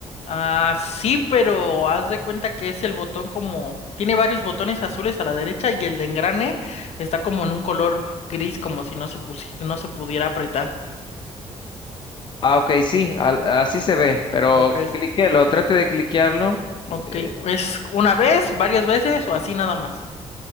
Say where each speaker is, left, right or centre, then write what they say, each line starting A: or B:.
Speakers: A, on the left; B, on the left.
A: Ah, sí, pero haz de cuenta que es el botón como... Tiene varios botones azules a la derecha y el de engrane está como en un color gris, como si no se pusi- no se pudiera apretar.
B: Ah, ok, sí, al- así se ve, pero
A: Ok.
B: cliquélo, trate de cliquearlo,
A: Ok,
B: eh,
A: ¿es una vez, varias veces o así nada más?